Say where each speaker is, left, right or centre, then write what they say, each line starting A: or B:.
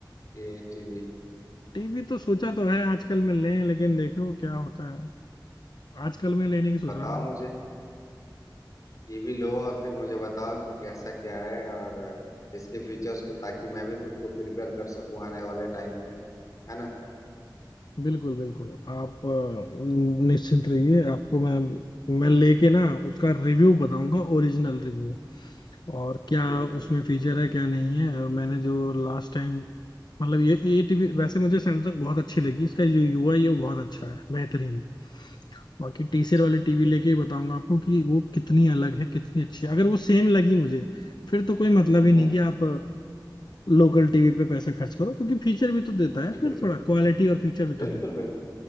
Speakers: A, on the left; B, on the left.
A: ये टीवी
B: टीवी तो सोचा तो है आजकल में लें लेकिन देखो क्या होता है आजकल में लेने की सोच
A: बताओ
B: रहा था
A: मुझे ये भी लो और फिर मुझे बताओ कि कैसा क्या है और इसके फीचर्स को ताकि मैं भी खुद को प्रिपेयर कर सकूं आने वाले टाइम में है ना
B: बिल्कुल बिल्कुल आप अ, निश्चिंत रहिए आपको मैं मैं लेके ना उसका रिव्यू बताऊंगा ओरिजिनल रिव्यू और क्या
A: ठीक है
B: उसमें फीचर है क्या नहीं है और मैंने जो लास्ट टाइम मतलब ये ये टीवी वैसे मुझे सैमसंग बहुत अच्छी लगी इसका जो यूआई है वो बहुत अच्छा है बेहतरीन बाकी टीसीएल
A: अच्छा
B: वाली टीवी लेके ही बताऊंगा आपको कि वो कितनी अलग है कितनी अच्छी है अगर वो सेम लगी मुझे फिर तो कोई मतलब ही
A: हम्म
B: नहीं कि आप लोकल टीवी पे पैसा खर्च करो क्योंकि फीचर भी तो देता
A: बिल्कुल
B: है फिर
A: बिल्कुल
B: थोड़ा क्वालिटी और फीचर भी
A: बिल्कुल
B: तो देता
A: बिल्कुल